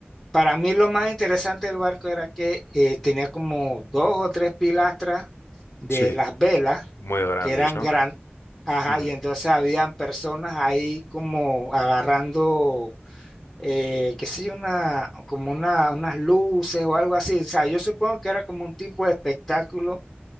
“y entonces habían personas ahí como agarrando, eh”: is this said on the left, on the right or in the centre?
Centre